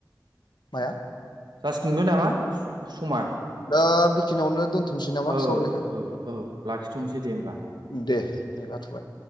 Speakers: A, on the left (about 80°); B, on the right (about 75°).
A: माया
B: जासिगोनबो नामा समा
A: दा बेखिनियावनो दोनथसै नामा
B: औ
A: सावरनायखो
B: औ औ लाखिथ'नोसै दे होमबा
A: दे दे लाथबाय